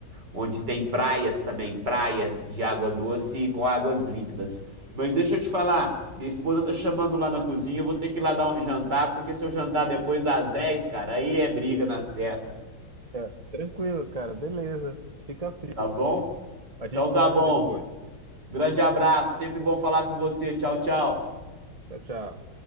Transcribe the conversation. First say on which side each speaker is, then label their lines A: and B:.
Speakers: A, on the right; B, on the right.
A: onde tem praias também, praia de água doce com águas límpidas. Mas deixa eu te falar, minha esposa tá chamando lá na cozinha, eu vou ter que ir lá dar um jantar, porque se eu jantar depois das 10, cara, aí é briga na certa,
B: é, tranquilo, cara, beleza. Fica frio.
A: tá bom?
B: A gente
A: Então
B: conversa
A: tá bom.
B: depois.
A: Grande abraço, sempre bom falar com você. Tchau, tchau.
B: Tchau, tchau.